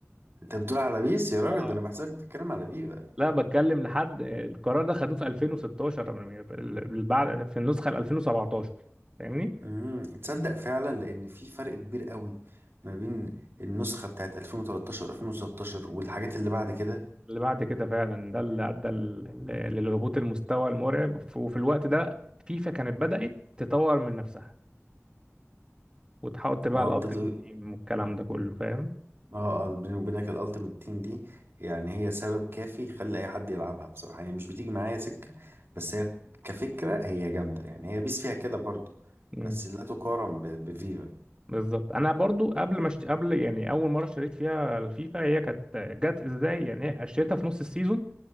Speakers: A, on the right; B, on the right.
A: انت بتقول على بيس يا راجل
B: اه
A: ده انا بحسك بتتكلم على فيفا
B: لا بتكلم لحد القرار ده خدوه في 2016 ال- بعد في النسخة ال 2017 فاهمني
A: امم تصدق فعلا لان في فرق كبير قوي ما بين النسخه بتاعت 2013 2016 والحاجات اللي بعد كده
B: اللي بعد كده فعلا ده اللي أدى ال- ل- للهبوط المستوى المرعب ف- وفي الوقت ده فيفا كانت بدأت تطور من نفسها وتحط بقى
A: اه
B: الألتيميت
A: ابتدوا
B: تيم والكلام ده كله فاهم
A: اه اه بيني وبينك الالتيميت تيم دي يعني هي سبب كافي يخلي اي حد يلعبها بصراحه هي مش بتيجي معايا سكه بس هي كفكره هي جامده يعني هي بيس فيها كده برضو
B: مم.
A: بس لا تقارن ب- بفيفا
B: بالظبط انا برضو قبل ما اشت... قبل يعني اول مره اشتريت فيها الفيفا هي كانت جت ازاي يعني هي اشتريتها في نص السيزون